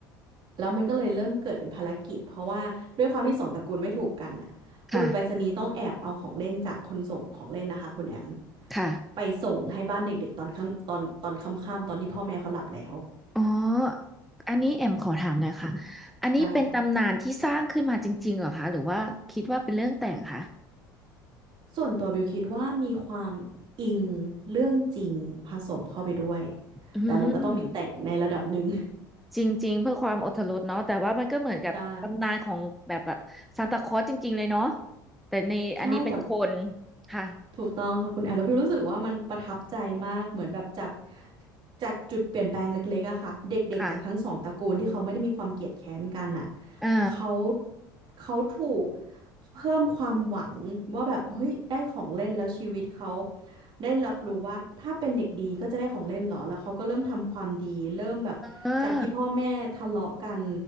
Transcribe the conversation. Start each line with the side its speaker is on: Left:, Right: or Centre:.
Right: แล้วมันก็เลยเริ่มเกิดเป็นภารกิจเพราะว่าด้วยความที่สองตระกูลไม่ถูกกันอ่ะบุรุษไปรษณีย์ต้องแอบเอาของเล่นจากคนส่งของเล่นนะคะคุณแอม
Centre: ค่ะค่ะ
Right: ไปส่งให้บ้านเด็กๆตอนค่ำตอนตอนค่ำๆตอนที่พ่อแม่เขาหลับแล้ว
Centre: อ๋ออันนี้แอมขอถามหน่อยค่ะอันนี้เป็นตำนานที่สร้างขึ้นมาจริงๆเหรอคะ
Right: ได้ค่ะ
Centre: หรือว่าคิดว่าเป็นเรื่องแต่งคะ
Right: ส่วนตัวบิวคิดว่ามีความอิงเรื่องจริงผสมเข้าไปด้วย
Centre: อืม
Right: แต่มันก็ต้องมีแต่งในระดับหนึ่ง
Centre: จริงๆเพื่อความอรรถรสเนาะแต่ว่ามันก็เหมือนกับตำนานของแบบแบบซานตาคลอสจริงๆเลยเนาะ
Right: <laughs> ใช่
Centre: แต่ในอันนี้เป็นคน
Right: ใช่แต่
Centre: ค่ะ
Right: ถูกต้องค่ะคุณแอมแล้วบิวรู้สึกว่ามันประทับใจมากเหมือนแบบจากจากจุดเปลี่ยนแปลงเล็กๆอะค่ะเด็กๆจากทั้งสองตระกูลที่เขาไม่ได้มีความเกลียดแค้นกันอะ
Centre: ค่ะอ่า
Right: เขาเขาถูกเพิ่มความหวังว่าแบบเฮ้ยได้ของเล่นแล้วชีวิตเขาได้รับรู้ว่าถ้าเป็นเด็กดีก็จะได้ของเล่นเหรอแล้วเขาก็เริ่มทำความดีเริ่มแบบจากที่พ่อแม่ทะเลาะกัน
Centre: อ่า